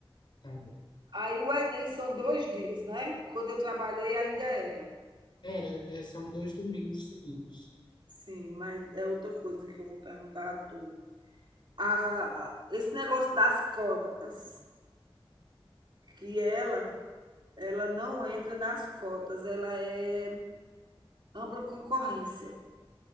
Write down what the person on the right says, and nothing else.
Aí o Enem são dois dias, né? Quando eu trabalhei ainda era.
Sim, mas é outra coisa que eu vou perguntar a tu. Ah, esse negócio das cotas, que ela, ela não entra nas cotas, ela é ampla concorrência.